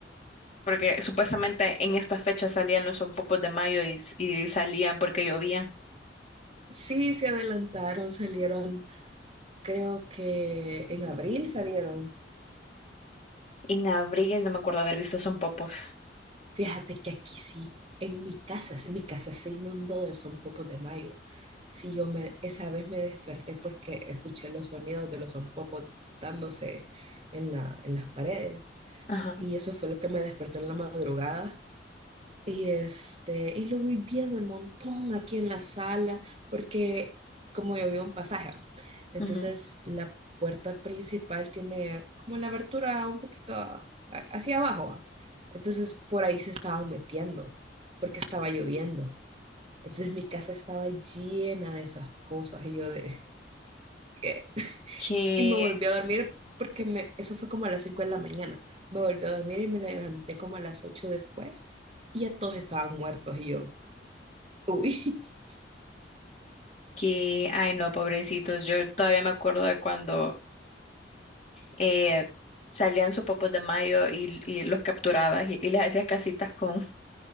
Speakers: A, on the left; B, on the right.
A: porque supuestamente en esta fecha salían los sonpopos de mayo y, s- y salían porque llovía.
B: Sí, se adelantaron, salieron, creo que en abril salieron.
A: En abril no me acuerdo haber visto sonpopos.
B: Fíjate que aquí sí, en mi casa, sí, mi casa se inundó de zompopos de mayo. Sí, yo me, esa vez me desperté porque escuché los sonidos de los zompopos dándose en la, en las paredes.
A: Ajá.
B: Y eso fue lo que me despertó en la madrugada. Y este, y lo voy viendo el montón aquí en la sala, porque como yo vivo en pasaje, ¿va? entonces
A: ujú.
B: la puerta principal tiene como la abertura un poquito a- hacia abajo, ¿va? Entonces por ahí se estaban metiendo, porque estaba lloviendo. Entonces mi casa estaba llena de esas cosas y yo de, ¿qué? <laughs>
A: Que,
B: Y me volví a dormir porque me, eso fue como a las 5 de la mañana. Me volví a dormir y me levanté como a las 8 después y ya todos estaban muertos y yo. Uy, <laughs>
A: que, ay no, pobrecitos. Yo todavía me acuerdo de cuando eh, salían sonpopos de mayo y, y los capturabas y, y les hacías casitas con,